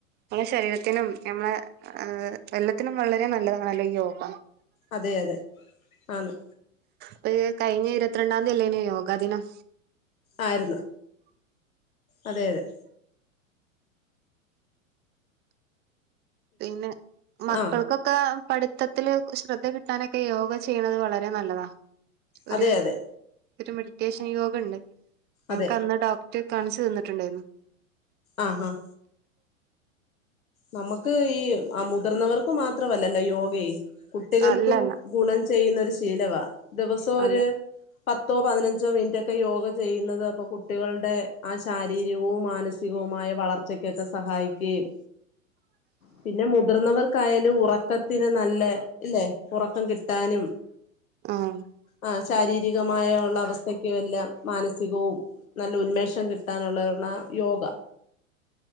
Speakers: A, on the right; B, on the left.
A: മ്മളെ ശരീരത്തിനും ഞമ്മളെ എല്ലത്തിനും വളരേ നല്ലതാണല്ലോ ഈ യോഗ
B: അതെ അതെ ആന്ന്
A: പ്പ ഈ കയ്ഞ്ഞ ഇരത്റണ്ടാന്തി അല്ലേന്യോ യോഗാദിനം
B: ആയ്ര്ന്ന് അതെ അതെ
A: പിന്നെ മക്കൾക്കൊ
B: ആ
A: ക്കാ പഠ്ത്തത്തില് ശ്രദ്ധ കിട്ടാനൊക്കെ യോഗ ചെയ്യ്ണെത് വളരേ നല്ലതാ ഒര്
B: അതെ അതെ
A: ഒര് മെഡിറ്റേഷെൻ യോഗണ്ട് ഞങ്ങ്ക്കന്ന്
B: അതെ
A: ഡോക്റ്റ് കാൺച്ച് തന്ന്ട്ട്ണ്ടേയ്ര്ന്നു
B: ആഹ് ആഹ് നമുക്ക് ഈ ആഹ് മുതിർന്നവർക്ക് മാത്രമല്ലല്ലാെ യോഗേ കുട്ടികെൾക്കും
A: അല്ല അല്ല
B: ഗുണം ചെയ്യുന്ന ഒരു ശീലവാ ദിവസം ഒര്
A: അതെ
B: പത്തോ പതിനഞ്ചോ മിൻറ്റൊക്കെ യോഗ ചെയ്യ്ന്നെത് അപ്പൊ കുട്ടികൾടെ ആ ശാരീരികവും മാനസ് സികവുമായ വളർച്ചക്കെക്കെ സഹായിക്കുകയും പിന്നെ മുതിർന്നവർക്കായാലും ഉറക്ക ത്തിന് നല്ലെ ഇല്ലേ ഉറക്കം കിട്ടാനും
A: ആഹ്
B: ആഹ് ശാരീരികമായ ഒള്ള അവസ്ഥക്കുവെല്ലാം മാനസികവും നല്ല ഉന്മേഷം കിട്ടാനുള്ളെ ഒന്നാ യോഗാ